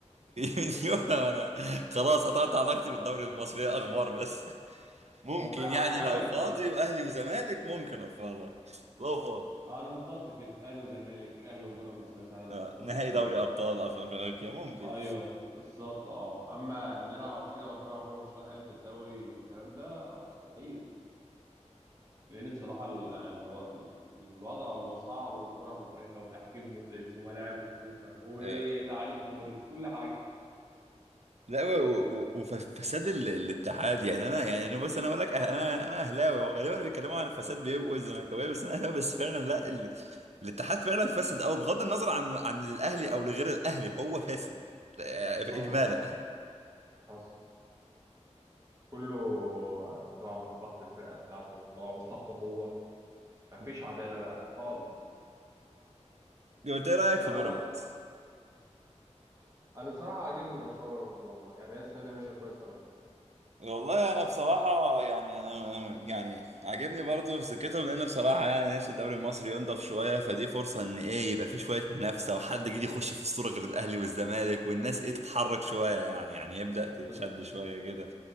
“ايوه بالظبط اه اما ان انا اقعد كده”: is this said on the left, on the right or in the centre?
Right